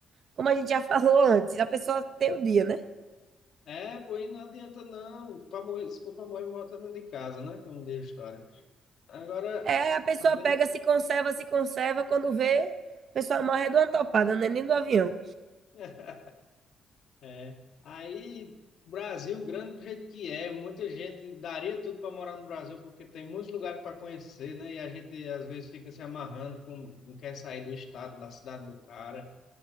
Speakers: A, on the right; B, on the left.
A: como a gente já <laughs> falou antes, a pessoa tem o dia, né?
B: É, pô, e não adianta não. Pra morrer, se for para morrer, morre todo dentro de casa, né? Como diz a história. Agora,
A: É, a pessoa
B: às vezes.
A: pega, se conserva, se conserva, quando vê, a pessoa morre de uma topada, né? Nem do avião.
B: <laughs> É. Aí, Brasil, grande do jeito que é, muita gente daria tudo para morar no Brasil, porque tem muitos lugares para conhecer, né? E a gente às vezes fica se amarrando, com, não quer sair do estado, da cidade do cara.